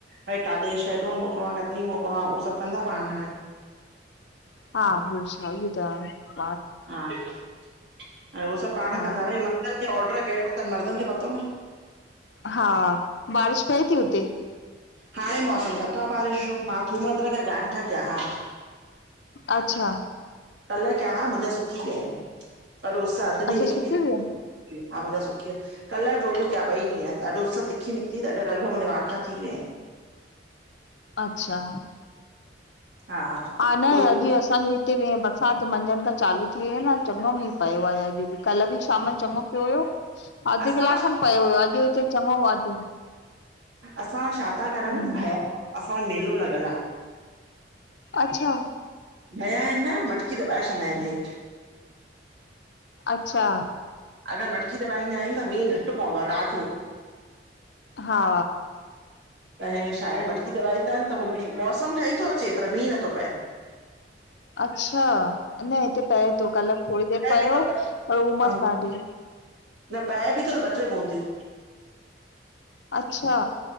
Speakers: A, on the right; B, on the left.
A: भाई काॾे शेडोल मोकिलणो आ, कटनी मोकिलणो आ उ सभु कंदा पाण हाणे।
B: हा, बियो छा इयो त आ।
A: हा, ऐं हो सभु पाण
B: हा
A: कंदा भई मर्दनि खे ऑर्डर कहिड़ा तनि मर्दनि खे पतो न,
B: हा, बारिश पए ती हुते?
A: हाणे मौसम ठतो आ बारिश जो, मां थूम अदरक या गांठ्या कया हा।
B: अच्छा।
A: कल्ह किया हा मुंहिंजा सुकी विया आहिनि, पर उस अध ॾीहं
B: अच्छा
A: निकती।
B: सुकी विया
A: हा मुंजा सुकी या, कल्ह, ट्रोॾयूं किया ॿई ॾीहं, त अॾ उस तिखी निकिती त लॻभॻि मुंजा वाहखा थी वियाइनि।
B: अच्छा।
A: हा।
B: हा न
A: उहे
B: अॼु असांजे हिते बि बरसाति मंझंदि खां चालू थी वई आ न चङो मींह पियो आ अॼु बि। कल्ह बि शाम चङो पियो हुयो अधु
A: असां
B: किलाकु
A: वटि
B: खनि पियो हुयो अॼु हुते चङो वध
A: असां वटि छा ता
B: हम्म
A: करनि, भया असां वटि मेलो लॻल आ।
B: अच्छा।
A: भया आहिन न, मटकी दॿाए छॾंदा आहिन हेठ।
B: अच्छा।
A: अगर मटकी दबाईंदा आहिन त मींह घट पवंदो आ ॾाढो।
B: हा।
A: त हे छा आहे मटकी दबाई तन त हू मौसम ठीई तो अचे पर मींह नथो पए।
B: अच्छा, न हिते पए तो कल थोड़ी देर पयो
A: बि थो
B: पर उमस
A: ऐं
B: ॾाॾी
A: न पए बि तो त ॿ ट्रे बूंदियूं।
B: अच्छा,